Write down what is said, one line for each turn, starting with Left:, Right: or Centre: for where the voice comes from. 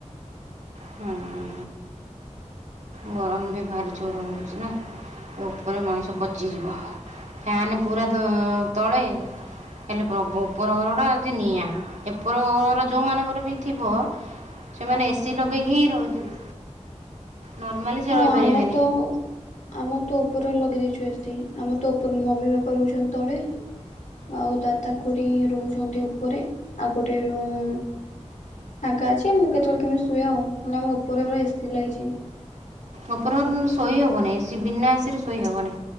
Right: ହଁ। ଗରମ ବି ଭାରି ଜୋର ହଉଛି ନା ଉପରେ ମଣିଷ ପଚିଯିବ। ଫ୍ୟାନ ପୁରା ତ ତଳେ? ହେଲେ ଉପର ଘର ଟା ନିଆଁ ଉପର ଘର ଯୋଉ ମାନଙ୍କର ବି ଥିବ ସେମାନେ ଏସି ଲଗେଇକି ହିଁ ରହିଥିବେ। ନର୍ମାଲି ସେ
Left: ହଁ
Right: ରହିପାରିବେନି
Left: ଆମର ତ ଆମ ତୋ ଉପରେ ଲଗେଇ ଦେଇଛୁ ଏସି, ଆମ ତୋ ଉପର ମମି ବାପା ରହୁଛନ୍ତି ତଳେ। ଆଉ ଦାଦା ଖୁୁଡ଼ି ରହୁଛନ୍ତି ଉପରେ, ଆଉ ଗୋଟେ ରୁମ୍ ଫାଙ୍କା ଅଛି, ଆମେ ମୁଁ କେତେବେଳେ କେମିତି ଶୁଏ ଆଉ, ନହେଲେ ଆମ ଉପର ଘରେ ଏସି ଲାଗିଛି।
Right: ଅପର ଘର ଶୋଇ ହବନିଁ ବିନା ଆସିରେ ଶୋଇ ହବନିଁ,